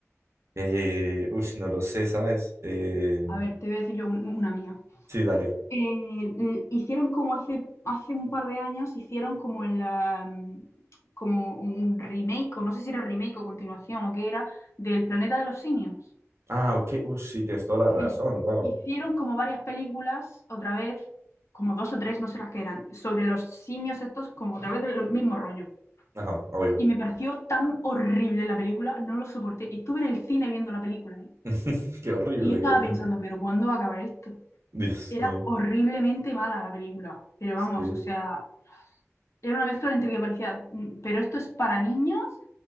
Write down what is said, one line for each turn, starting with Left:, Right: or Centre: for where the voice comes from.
Right: Eh, ush, no lo sé, ¿sabes? Eh,
Left: A ver, te voy a decir yo un- una mía.
Right: sí, dale.
Left: eh, l- hicieron como hace, hace un par de años, hicieron como el am, como un remake, o no sé si era remake o continuación o qué era, del Planeta de los Simios.
Right: Ah, ok. uff sí, tienes toda la razón.
Left: Hic-
Right: Wow.
Left: Hicieron como varias películas, otra vez, como dos o tres, no sé las que eran, sobre los simios estos, como otra vez el mismo rollo.
Right: Ajá, obvio.
Left: Y me pareció tan horrible la película, no lo soporté. Y Estuve en el cine viendo la película, ¿eh?
Right: <laughs> Qué horrible.
Left: Y estaba
Right: Dios
Left: pensando,
Right: mío.
Left: ¿pero cuándo va a acabar esto?
Right: Dios
Left: Era
Right: mío.
Left: horriblemente mala la película, pero
Right: Sí.
Left: vamos, o sea, Era una mezcla entre que parecía, mm, pero esto es para niños,